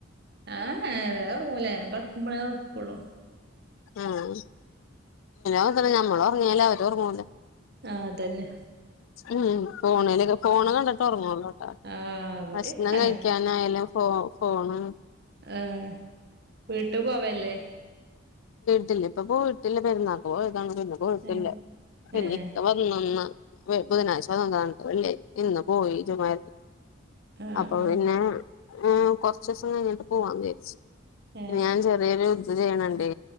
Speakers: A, on the right (about 55°); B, on the left (about 75°).
A: ആഹ് ഹെ വേറെ റൂമില കടക്കുമ്പോളേക്കള്ളു
B: ഉം പിന്നെ ഞമ്മള് ഉറങ്ങിയാല് അവരെ ഓർങ്ങൂല
A: ആഹ് അതന്നെ
B: ഉം ഫോണില് ക ഫോണ് കണ്ടിട്ട് ഒറങ്ങോല്ലു ട്ടോ
A: ആഹ് ഇവിടെക്കെ
B: ഭക്ഷണം കഴിക്കാനായാലും ഫോ ഫോണ്
A: ഏ വീട്ടു പോവേല്ലേ
B: ട്ടില്ല ഇപ്പ പോയിട്ടില്ല പെരുന്നാ പോയതാണ് പിന്നെ പോയിട്ടില്ല
A: ഏഹ്
B: പിന്നെ
A: ഏഹ്
B: ഇക്ക പ ഒന്ന് ബുധനാഴ്ച വന്നണ് വെള്ളി ഇന്ന് പോയി ജുമാ
A: ആഹ്
B: അപ്പൊ
A: ആഹ്
B: പിന്നെ ഏ കൊറച്ചുസം കഴിഞ്ഞിട്ട് പോവാന്ന് വിചരിച്ചു
A: ഏഹ്
B: ന്നെ ഞാൻ ചെറിയൊരു ഇത് ചെയ്യണ്ണ്ടേ